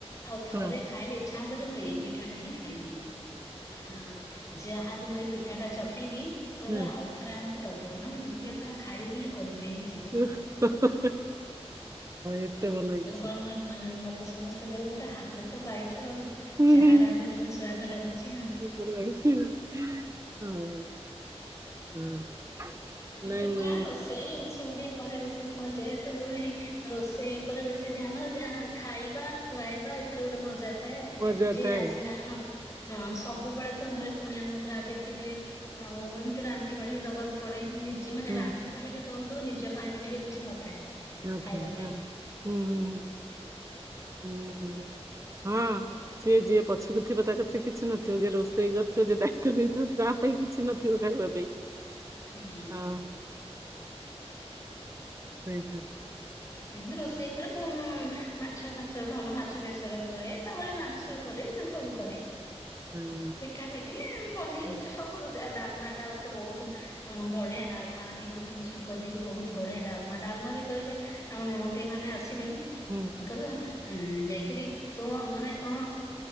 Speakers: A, on the left; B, on the right.
A: ଆଉ ଥରେ
B: ହଁ
A: ଖାଇଲେ ଇଚ୍ଛା ହବ ଯେ ମୁଁ ଏଇ ପିଠାଟା ହିଁ ଖାଇବି। ହଁ ଯାହାକୁ ମୁଁ ଏ ପିଠାଟା ଚ ଖେଇବି କହିବେ
B: ହଁ
A: ଆଉ ଥରେ ଆମକୁ ଦବ। ମାନେ ଦି ଦ୍ଵିତୀୟ ଥର ଖାଇବେ ବୋଲି କହିଦେଇକି ଯିବେ।
B: ହଁ ଏତେ ଭଲ ହେଇଛି।
A: ଏ ଗ- ମୋ ହା -ମୋତେ ସମସ୍ତେ କହିବେ ଗୋଟେ ହାତ ତ ପାଇଛୁ। ତ ହଉ
B: ହୁଁ
A: ଯାହା
B: ହୁଁ।
A: ରାନ୍ଧିଦେଲେ ସୁଆଦ ଲାଗୁଛି ଆଉ।
B: ଭଲ ହେଇଛି ହଁ, ହଁ।
A: ଏ
B: ନାଇଁ
A: ପିଠା
B: ମୁ
A: ରୋଷେଇ ଏମିତି ସବୁ ଟିକେ କରେ ବେଶୀ ମୋ ଯେହେତୁ ଗୃହିଣୀ ରୋଷେଇ ଉପରେ ବେଶୀ ଧ୍ୟାନ ଯାହା ଖାଇବା, ଖୁଆଇବା ଏଥିରେ ଗୋଟେ ମଜା ଥାଏ ଆଉ
B: ମଜା
A: ଯିଏ
B: ଥାଏ
A: ଆସିଲା ଆ ହଁ ସବୁବେଳେ ତ ଘରେ କୁଣିଆମ ଭିତରେ ଆଗେ ଥିବେ ଆଉ ଏମିତି ରାନ୍ଧି ବାଢିକି ଦବାକୁ ପଡେ। ନିଜେ ମାନେ
B: ହଁ
A: ରାନ୍ଧି ବାଢିକି ଦଉ ଦଉ ନିଜ ପାଇଁ ବି ଟିକେ କିଛି ନଥାଏ।
B: ମଥା
A: ଖାଇବା
B: ହଁ
A: ପାଇଁ।
B: ହୁଁ ହୁଁ ହୁଁ ହୁଁ ହୁଁ। ହଁ ସିଏ ଯିଏ ପଛକୁଥିବ ତା କଥିରେ କିଛି ନଥିବ ଯେ ରୋଷେଇ କରିଥିବ ଯେ ଦାୟିତ୍ୱ ନେଇଥିବ ତା ପାଇଁ କିଛି ନଥିବ ଖାଇବା ପାଇଁ।
A: ହୁଁ।
B: ହଁ ସେଇ ତ?
A: ଏମତି ରୋଷେଇ କରେ <unintelligible> ମାଛ ଫାଛ ଭଲ ମାଛ ବେସ କରେ ତାପରେ ମାଂସ କରେ। ଆଇନା ସବୁ କରେ
B: ହଁ।
A: ପିଠା ପିଠି ପନିର
B: ହୁଁ
A: ସବୁ ରଷେଇ ଡା ଲମା ଟା ତ ବହୁତ ବଢିଆ ଡାଲମା ହେଙ୍ଗୁ ଫେଙ୍ଗୁ ଛୁଙ୍କ ଦେଇକି ବହୁତ ବଢିଆ ଡାଲମା ଡାଲମା ବି କହିବେ ଆମ ନଣଦେଇ ମାନେ ଆସିବେ
B: ହୁଁ
A: କହିବେ ଉଁ ଯାଇକରି ତ ମାନେ କଣ